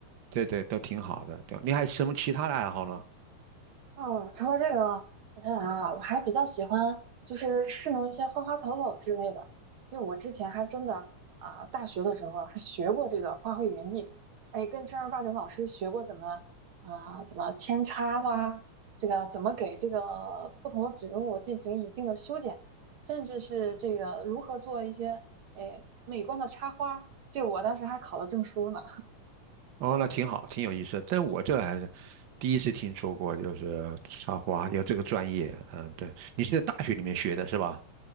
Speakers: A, on the right (about 85°); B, on the right (about 50°).
A: 对对，都挺好的，对。你还有什么其他的爱好呢？
B: 哦，除了这个，我想想啊，我还比较喜欢就是侍弄一些花花草草之类的，因为我之前还真的啊、大学的时候还学过这个花卉园艺，哎，跟正儿八经老师学过怎么啊、怎么扦插啦，这个怎么给这个不同的植物进行一定的修剪，甚至是这个如何做一些哎美观的插花，这我当时还考了证书呢。
A: 哦，那挺好，挺有意思的但我这还是第一次听说过，就是插花有这个专业。嗯，对，你是在大学里面学的是吧？